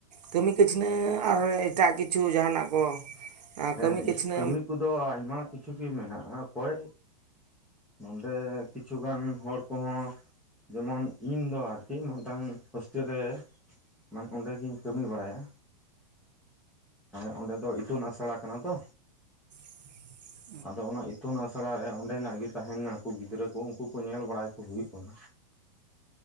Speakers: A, on the right (about 80°); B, in the centre.
A: ᱠᱟᱹᱢᱤ ᱠᱟᱹᱪᱱᱟᱹ, ᱟᱨ ᱦᱚᱸ ᱮᱴᱟᱜ ᱠᱤᱪᱷᱩ ᱡᱟᱦᱟᱱᱟᱜ ᱠᱚ
B: ᱦᱮᱸ,
A: ᱠᱟᱹᱢᱤ ᱠᱟᱹᱥᱱᱤ
B: ᱠᱟᱹᱢᱤ ᱠᱚᱫᱚ ᱟᱭᱢᱟ ᱠᱤᱪᱷᱩ ᱜᱮ ᱢᱮᱱᱟᱜᱼᱟ, ᱚᱠᱚᱭ ᱱᱚᱰᱮ ᱠᱤᱪᱷᱩ ᱜᱟᱱ ᱦᱚᱲ ᱠᱚᱦᱚᱸ ᱡᱮᱢᱚᱱ ᱤᱧ ᱫᱚ ᱟᱨᱠᱤ, ᱢᱟᱫᱴᱟᱝ ᱦᱳᱥᱴᱮᱞ ᱨᱮ ᱢᱟᱱᱮ ᱚᱸᱰᱮ ᱜᱮᱧ ᱠᱟᱹᱢᱤ ᱵᱟᱲᱟᱭᱟ᱾ ᱦᱮᱸ, ᱚᱸᱰᱮ ᱫᱚ ᱤᱛᱩᱱ ᱟᱥᱲᱟ ᱠᱟᱱᱟ ᱛᱚ
A: <inaudible>
B: ᱟᱫᱚ ᱚᱱᱟ ᱤᱛᱩᱱ ᱟᱥᱲᱟ ᱨᱮ, ᱚᱸᱰᱮ ᱱᱟᱜ ᱜᱮ ᱛᱟᱦᱮᱸᱱᱟᱠᱚ ᱜᱤᱫᱽᱨᱟᱹ ᱠᱚ, ᱩᱱᱠᱩ ᱠᱚ ᱧᱮᱞ ᱵᱟᱲᱟᱭ ᱠᱚ ᱦᱩᱭᱩᱜ ᱠᱟᱱᱟ᱾